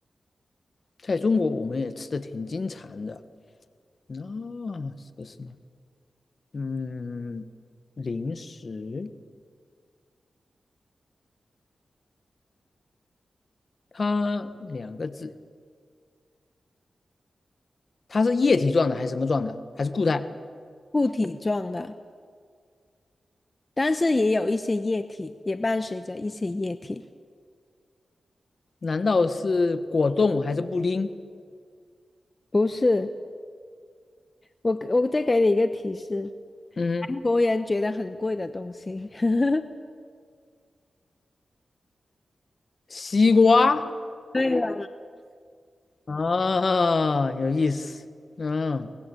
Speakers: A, on the left; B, on the left.
A: 在中国我们也吃的挺经常的。那是个什么？嗯，零食，它两个字，它是液体状的还是什么状的？还是固态？
B: 固体状的，但是也有一些液体，也伴随着一些液体。
A: 难道是果冻还是布丁？
B: 不是，我给我再给你一个提示，
A: 嗯，
B: 韩国人觉得很贵的东西。<laughs>
A: 西瓜
B: 对了，
A: 啊，有意思。嗯，